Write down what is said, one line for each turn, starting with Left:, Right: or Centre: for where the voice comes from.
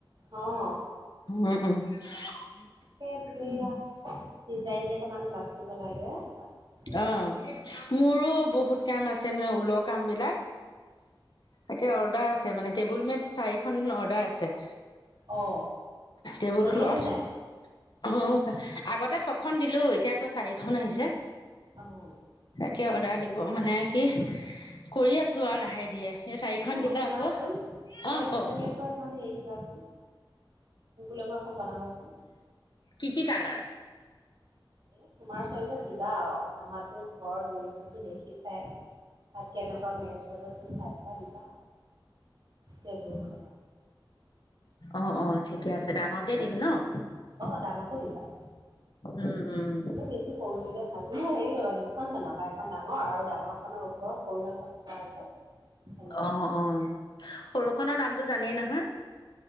Right: অ'।
Left: উম।
Right: <unintelligible> ডিজাইন কেইটামান <unintelligible>
Left: অ' মোৰো বহুত কাম আছে মানে ঊল কামবিলাক। তাকে অৰ্ডাৰ আছে মানে, টেবুল মেট চাৰিখন অৰ্ডাৰ আছে।
Right: অ
Left: টেবুল
Right: হ'লগে
Left: ক্লথ।
Right: নে নাই?
Left: অ' আগতে ছখন দিলোঁ, এতিয়া আকৌ চাৰিখন আহিছে।
Right: অ'।
Left: কিয় অৰ্ডাৰ দিব, মানে কি কৰি আছোঁ আৰু লাহে ধীৰে। এই চাৰি খন
Right: অ
Left: দিলে
Right: শুনাচোন
Left: আকৌ।
Right: এই
Left: অ' কওঁক।
Right: <unintelligible> এখন হেৰি দিবাচোন <unintelligible> এখন বনাবাচোন।
Left: কি কি কালাৰ?
Right: এ, তোমাৰ চইজত দিবা আৰু, আমাৰতো ঘৰৰ ড্ৰয়িং ৰুমটো দেখিচাই। তাত কেনেকুৱা মেছ হ'ব তুমি চাই পেলাই দিবা, টেবুলখন।
Left: অ', অ' ঠিকে আছে। ডাঙৰকে দিম ন'?
Right: অ' ডাঙৰকে দিবা।
Left: উম, উম।
Right: এই বেছি সৰু দিলে ভাল, নহয় হেৰি কৰিবা দুখন বনাবা এখন ডাঙৰ আৰু ডাঙৰখনৰ ওপৰত সৰু এখন। <unintelligible>
Left: অ',
Right: বনাবা
Left: অ'। সৰুখনৰ দামটো জানেই নহয়।